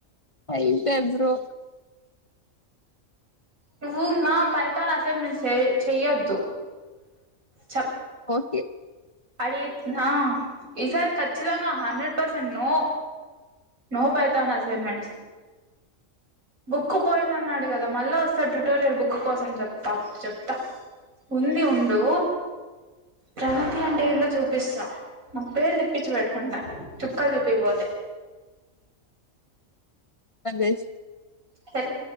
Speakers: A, on the left (about 30°); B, on the right (about 85°).
A: అయిపాయ్ బ్రో
B: నువ్వు నా ఫైతాన్ అసైన్మెంట్ చె చెయ్యొద్దు చె
A: ఓకే
B: అడి ఆ ఈసారి ఖచ్చితంగా hundred percent no no Python assignments book పోయిందన్నాడు కదా మళ్ళా వస్తాడ్ ట్యూటోరియల్ బుక్ కోసం చెప్తా అప్పుడ్ చెప్తా ఉంది ఉండు <unintelligible> గతి అంటే ఏందో చూపిస్తా. నా పేరు తెప్పించి పెట్టుకుంటా చుక్కలు చూపియ్ పోతే
A: <unintelligible>
B: సరే